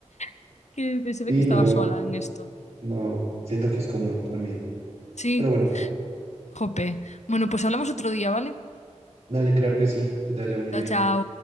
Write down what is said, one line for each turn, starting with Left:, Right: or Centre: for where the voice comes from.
Left: <laughs> que se ve
Right: Sí,
Left: que estaba
Right: no,
Left: sola en esto.
Right: no, siento que es común también,
Left: Sí,
Right: pero bueno,
Left: jope. Bueno, pues hablamos otro día, ¿vale?
Right: dale, claro que sí, que te vaya muy
Left: Chao,
Right: bien.
Left: chao.